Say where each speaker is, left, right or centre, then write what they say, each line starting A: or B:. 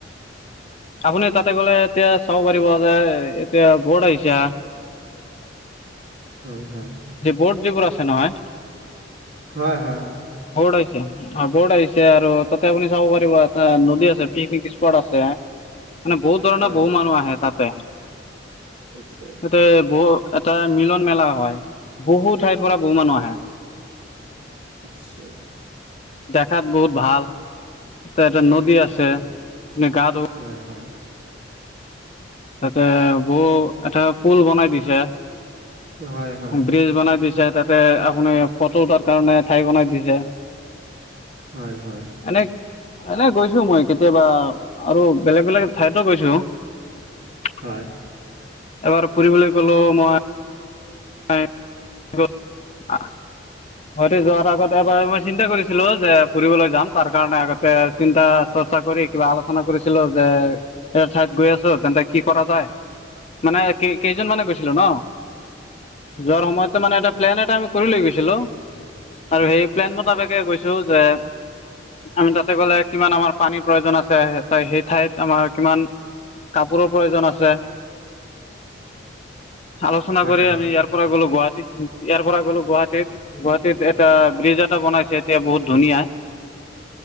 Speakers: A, on the left; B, on the right.
A: আপুনি তাতে গ'লে এতিয়া চাব পাৰিব যে এতিয়া বহুত আহিছা
B: হয় হয়
A: যে বৰ্ড যিবোৰ আছে নহয়
B: হয় হয়।
A: বহোত আইছে অ বত আহিছে আৰু তাতে আপুনি চাব পাৰিব এটা নদী আছে, পিকনিক স্পট আছে। মানে বহুত ধৰণৰ
B: হয়
A: বহু মানুহ আহে তাতে।
B: নিশ্চয়
A: ইয়াতে বহু এটা মিলন মেলা হয়, বহু ঠাইৰ পৰা বহু মানুহ আহে।
B: আচ্ছা
A: দেখাত বহুত ভাল। তাতে নদী আছে,
B: আচ্ছা
A: যে গা ধুব-
B: হয় হয়।
A: তাতে বৌ এটা পুল বনাই দিছে।
B: হয় হয়
A: ব্ৰিজ বনাই দিছে তাতে আপুনি ফটো উঠাৰ কাৰণে ঠাই বনাই দিছে।
B: হয় হয়।
A: এনে, এনে গৈছো মই কেতিয়াবা আৰু বেলেগ বেলেগ ঠাইতো গৈছো। <inaudible>
B: হয়।
A: এবাৰ ফুৰিবলে গলো মই <unintelligible> আ গুহাটী যোৱাৰ আগত এবাৰ মই চিন্তা কৰিছিলো যে ফুৰিবলৈ যাম তাৰ কাৰণে আগতে চিন্তা- চৰ্চা কৰি কিবা আলোচনা কৰিছিলো যে- এটা ঠাইত গৈ আছো তেন্তে কি কৰা যায় মানে কেই-কেইজন মানে গৈছিলো ন', যোৱাৰ সময়ত ত' মানে এটা প্লেন এটা আমি কৰি লৈ গৈছিলোঁ। আৰু সেই প্লেন মতাপেকে গৈছোঁ যে আমি তাতে গ'লে কিমান আমাৰ পানীৰ প্ৰয়োজন আছে, সেই ঠাইত আমাৰ কিমান কাপোৰৰ প্ৰয়োজন আছে আলোচনা
B: হয়
A: কৰি
B: হয়
A: আমি ইয়াৰ পৰা গ'লো গুৱাহাটী ইয়াৰ পৰা গলো গুৱাহাটীত, গুৱাহাটীত এটা ব্ৰিজ এটা বনাইছে এতিয়া বহুত ধুনীয়া।